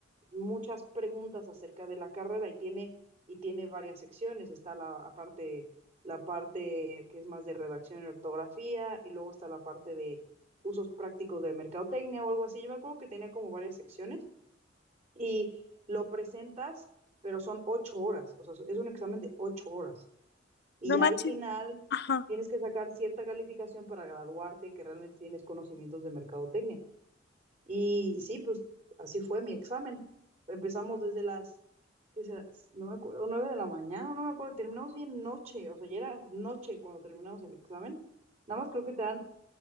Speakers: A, on the right; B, on the left.
A: muchas preguntas acerca de la carrera y tiene, y tiene varias secciones. Está la la parte, la parte que es más de redacción y ortografía, y luego está la parte de usos prácticos de mercadotecnia o algo así. Yo me acuerdo que tenía como varias secciones y lo presentas, pero son ocho horas, o sea, es un examen de ocho horas. Y
B: No
A: ya
B: manches.
A: al final
B: Ajá,
A: tienes que sacar cierta calificación para graduarte que realmente tienes conocimientos de mercadotecnia. Y sí, pues así fue mi examen. Empezamos desde las, ¿qué será? No me acuerdo, nueve de la mañana, no me acuerdo. Terminamos bien noche, o sea, ya era noche cuando terminamos el examen. Nada más creo que te dan